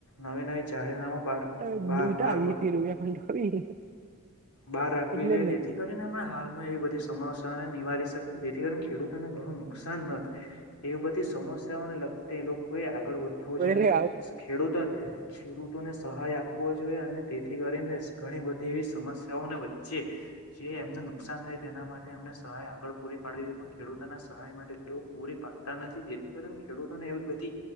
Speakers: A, on the left; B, on the right.
A: નવી નવી જાહેરનામું બહાર
B: <inaudible>
A: બહાર રાખવી
B: એટલે
A: જોઈએ જેથી કરીને એમ હાલમાં એવી બધી સમસ્યાને નિવારી શક જેથી કરીને ખેડૂતોને ઘણું નુકસાન ન એવી બધી સમસ્યાઓને લગતે એ લોકો આગળ વધવું જોઈએ અને
B: જ ને
A: ખેડૂતો ખેડૂતોને સહાય આપ જોઈએ અને તેથી કરીને ઘણી બધી એવી સમસ્યાઓને વચ્ચે જે એમને નુકસાન થાય તેના માટે અમને સહાય આગળ પૂરી પાડવી જોઈએ પણ ખેડૂતોના સહાય માટે એવું પૂરી પાડતા નથી જેથી કરીને ખેડૂતોને એવી બધી